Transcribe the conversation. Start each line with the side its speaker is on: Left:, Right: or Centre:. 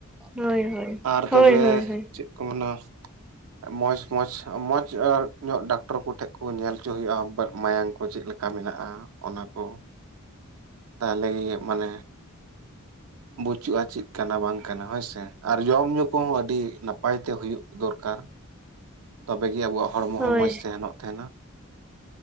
Centre: ᱦᱳᱭ ᱦᱳᱭ
Right: ᱟᱨ
Centre: ᱦᱳᱭ
Right: ᱛᱚᱵᱮ
Centre: ᱦᱳᱭ ᱦᱳᱭ
Right: ᱪᱮᱜ ᱠᱚ ᱢᱮᱱᱟ ᱢᱚᱸᱡᱽ ᱢᱚᱸᱡᱽ ᱢᱚᱸᱡᱽ ᱧᱚᱜ ᱰᱟᱠᱴᱚᱨ ᱠᱚᱴᱷᱮᱱ ᱠᱚ ᱧᱮᱞ ᱦᱚᱪᱚ ᱦᱩᱭᱩᱜ-ᱟ ᱢᱟᱭᱟᱝ ᱠᱚ ᱪᱮᱫ ᱞᱮ ᱠᱟ ᱢᱮᱱᱟᱜ-ᱟ ᱚᱱᱟ ᱠᱚ ᱛᱟᱦᱚᱞᱮ ᱤᱭᱟᱹ ᱢᱟᱱᱮ ᱵᱟᱹᱪᱩᱜ-ᱟ ᱪᱮᱫ ᱠᱟᱱᱟ ᱵᱟᱝ ᱠᱟᱱᱟ ᱦᱳᱭᱥᱮ ᱟᱨ ᱡᱚᱢ ᱧᱩ ᱠᱚᱦᱚᱸ ᱟᱹᱰᱤ ᱱᱟᱯᱟᱭ ᱛᱮ ᱛᱮ ᱦᱩᱭᱩᱜ ᱫᱚᱨᱠᱟᱨ ᱛᱚᱵᱮᱜ ᱜᱮ ᱟᱵᱚᱣᱟᱜ ᱦᱚᱲᱢᱚ
Centre: ᱦᱳᱭ
Right: ᱦᱚᱸ ᱢᱚᱸᱡᱽ ᱛᱟᱦᱮᱱᱚᱜ ᱛᱟᱦᱮᱱᱟ